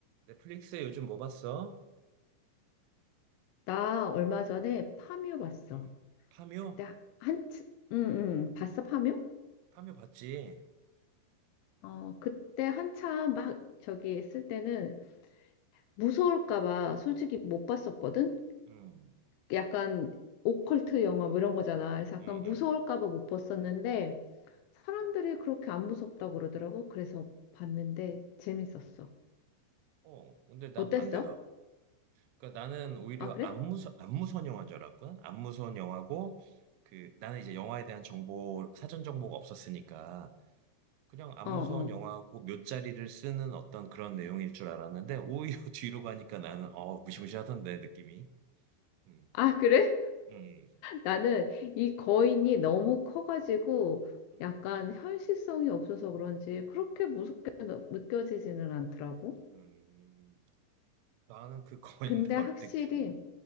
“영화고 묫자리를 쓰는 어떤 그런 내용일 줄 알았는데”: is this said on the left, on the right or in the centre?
Right